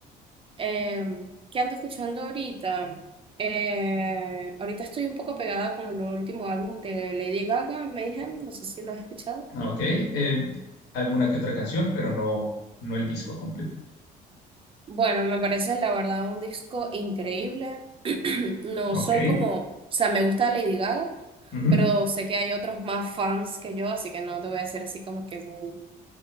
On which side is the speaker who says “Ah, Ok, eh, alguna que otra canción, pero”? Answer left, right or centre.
Left